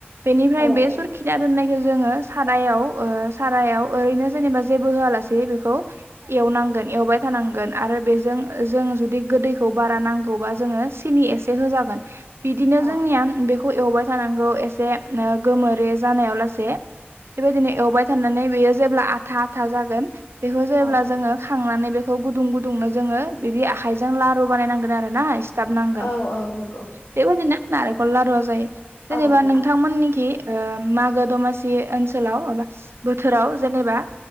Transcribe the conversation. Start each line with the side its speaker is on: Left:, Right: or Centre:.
Right: बेनिफ्राय
Left: औ
Right: बे सुरखिना दोननायखौ जोङो सारायाव ओ सारायाव ओरैनो जेनेबा जेबो होआलासे बेखौ एवनांगोन। एवबाय थानां गोन आरो बेजों जों जुदि गोदैखौ बारा नांगौबा जोंओ सिनि एसे होजागोन। बिदिनो
Left: औ
Right: जोंनिया बेखौ एवबाय थानांगौ एसे आ गोमोरै जानायाव लासे। बेबायदिनो एवबाय थानानै बेयो जेब्ला आथा आथा जागोन बेखौ जेब्ला
Left: औ
Right: जोङो थांनानै बेखौ गुदुं गुदुंनो जोङो बिदि आखायजों लारु बानायनांगोन आरो ना। थाबनांगोन
Left: औ औ नंगौ
Right: बेबायदिनो नारेंखल लारुआ जायो जेनेबा
Left: औ
Right: नोंथांमोननिखि ओ मागो दमासि ओनसोलाव माबा बोथोराव जेनेबा